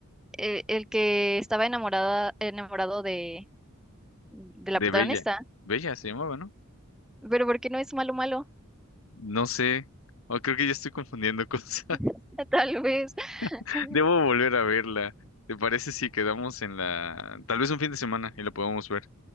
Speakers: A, in the centre; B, on the left.
A: Eh, El, que estaba enamorada, enamorado de, de la
B: de
A: protagonista.
B: Bella. Bella se llamaba, ¿no?
A: Pero ¿por qué no es malo malo?
B: No sé. o creo que ya estoy confundiendo cosas.
A: <laughs> Tal vez.
B: <laughs>
A: <laughs>
B: Debo volver a verla. ¿Te parece si quedamos en la... Tal vez un fin de semana y la podemos ver?